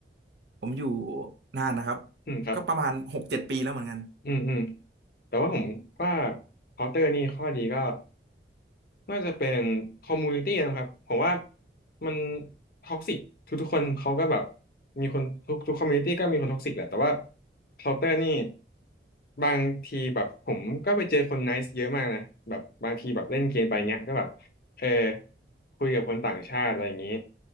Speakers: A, on the right; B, on the left.
A: ผมอยู่นานนะครับ
B: อืมครับ
A: ก็ประมาณหกเจ็ดปีแล้วเหมือนกัน
B: อืมอืมแต่ว่าผมว่าเคาน์เตอร์นี่ข้อดีก็ น่าจะเป็นคอมมูนิตี้นะครับผมว่ามันท็อกซิกทุกๆคนเขาก็แบบมีคนทุกทุกคอมมูนิตี้ก็มีคนท็อกซิกแหละแต่ว่าเคาน์เตอร์นี่บางทีแบบผมก็ไปเจอคนไนซ์เยอะมากนะแบบบางทีแบบเล่นเกมไปเงี้ยก็แบบเออคุยกับคนต่างชาติอะไรอย่างนี้